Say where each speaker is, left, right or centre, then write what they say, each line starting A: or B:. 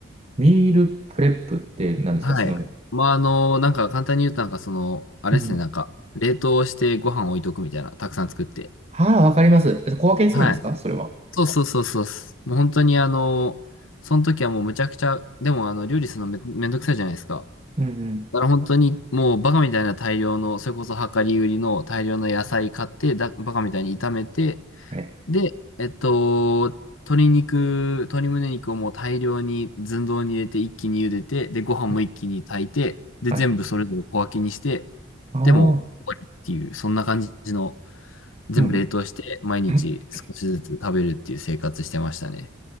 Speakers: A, on the right; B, on the left.
A: ミールプレップって何ですかすみません。
B: はい。まあ、あの、なんか簡単に言うと、なんかその、あれですね、
A: うん。
B: なんか、冷凍してご飯置いとくみたいな、たくさん作って。
A: はあ、わかります。え小分けにするんですかそれは。
B: はい。そうそうそうそうっす。もう本当にあの、その時はもうむちゃくちゃ、でもあの、料理するのめ、めんどくさいじゃないですか。
A: うんうん
B: だから本当にもうバカみたいな大量の、それこそ量り売りの大量の野菜買って、だ、バカみたいに炒めて、
A: はい。
B: で、えっと、鶏肉、鶏胸肉をもう大量に寸胴に入れて一気に茹でて、で、ご飯も一気に炊いて、
A: はい。
B: で、
A: はい
B: 全部それぞれ小分けにして、
A: ああ、
B: でもう終わりっていう、そんな感じの、全部冷凍して、
A: うん。
B: 毎日少しずつ食べるっていう生活してましたね。
A: <clears throat> っ